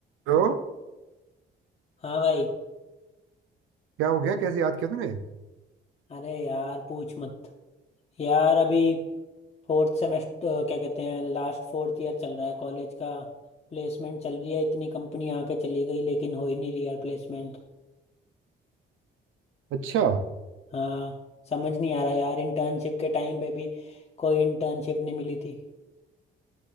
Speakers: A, on the right; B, on the left.
A: तो
B: हाँ भाई
A: क्या हो गया कैसे याद किया तूने
B: अरे यार पूछ मत यार अभी फोर्थ सेमेस्टर क्या कहते हैं लास्ट फोर्थ ईयर चल रहा है कॉलेज का प्लेसमेंट चल रही है इतनी कंपनी आके चली गई लेकिन हो ही नहीं रही यार प्लेसमेंट
A: अच्छा
B: हाँ समझ नहीं आ रहा यार इंटर्नशिप के टाइम पे भी कोई इंटर्नशिप नहीं मिली थी